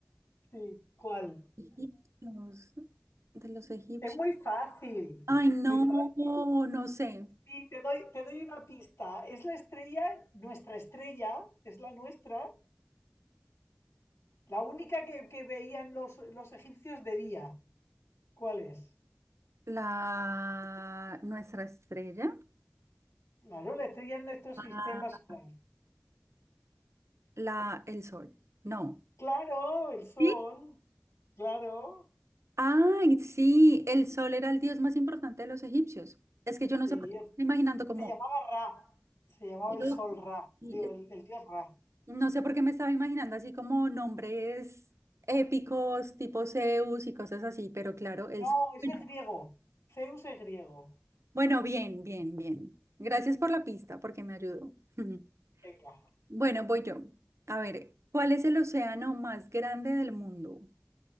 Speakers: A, on the left; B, on the right.
A: Sí, ¿cuál?
B: Egipcios, de los egipcios.
A: Es muy fácil,
B: Ay, no,
A: muy fácil.
B: no sé.
A: Sí, te doy, te doy una pista. Es la estrella, nuestra estrella, es la nuestra, la única que, que veían los, los egipcios de día. ¿Cuál es?
B: La nuestra estrella,
A: Claro, la estrella en nuestro sistema
B: ah,
A: solar.
B: la el sol. No.
A: Claro, el sol,
B: ¿Sí?
A: claro.
B: Ay, sí, el sol era el dios más importante de los egipcios. Es que yo no
A: Sí,
B: sé por qué me estaba imaginando como
A: se llamaba Ra, se llamaba
B: lo-
A: el sol Ra,
B: y-
A: digo, el, el dios Ra.
B: no sé por qué me estaba imaginando así como nombres épicos, tipo Zeus y cosas así, pero claro, el
A: No,
B: sol.
A: ese
B: Bueno,
A: es griego, Zeus es griego.
B: bueno, bien, bien, bien. Gracias por la pista porque me ayudó. <laughs>
A: Venga,
B: Bueno, voy yo. A ver, ¿cuál es el océano más grande del mundo?